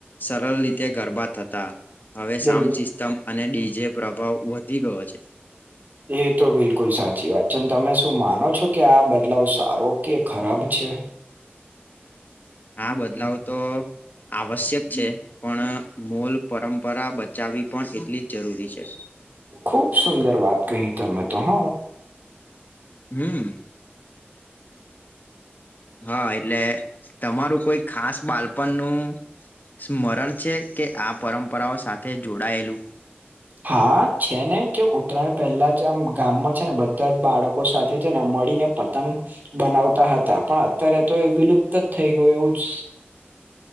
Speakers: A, on the left; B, on the right.
A: સરળ રીતે ગરબા હતા હવે
B: બિલ
A: સાઉન્ડ સિસ્ટમ અને ડીજે પ્રભાવ વધી ગયો છે
B: એ તો બિલકુલ સાચી વાત છે તમે શું માનો છો કે આ બદલાવ સારો કે ખરાબ છે
A: હા બદલાવ તો આવશ્યક છે પણ મોલ પરંપરા બચાવવી પણ એટલી જ જરૂરી છે
B: ખૂબ સુંદર વાત કહી ત મેમે તો હ
A: હમ હા એટલે તમારું કોઈ ખાસ બાલ આપ નું સ્મરણ છે કે આ પરંપરાઓ સાથે જોડાયેલું
B: હા, છે ને કે ઉત્તરાયણ પહેલા જ આમ ગામમાં છે ને બધા જ બાળકો સાથે છે ને મળીને પતંગ બનાવતા હતા પણ અત્યારે તો એ વિલુપ્ત જ થઈ ગયું એવું જ